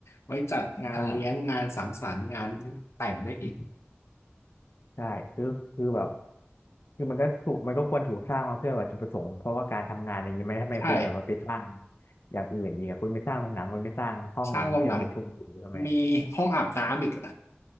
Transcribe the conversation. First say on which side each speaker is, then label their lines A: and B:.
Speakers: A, on the left; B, on the left.
A: ไว้จัดงานเลี้ยงงานสังสรรค์งานแต่งได้อีก
B: ใช่ใช่คือคือแบบ คือมันก็ถูกมันก็ควรถูกสร้างมาเพื่อแบบจุดประสงค์เพราะว่าการทำงานอย่างนี้ไหมทำไมคุณแบบว่าไปสร้าง
A: ใช่
B: อย่างอื่นดีอะคุณไปสร้างโรงหนังคุณไปสร้างห้องที่เราประชุมอยู่ทำไม
A: สร้างโรงหนังมีห้องอาบน้ำอีก